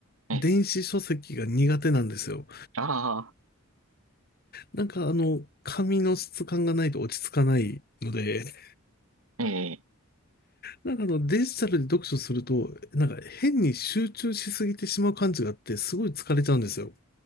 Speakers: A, on the right; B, on the left.
A: え、
B: 電子書籍が苦手なんですよ。
A: あ
B: なんかあの、紙の質感がないと落ち着かないので、
A: あ、えー、
B: なんかあのデジタルで読書すると、なんか変に集中しすぎてしまう感じがあって、すごい疲れちゃうんですよ。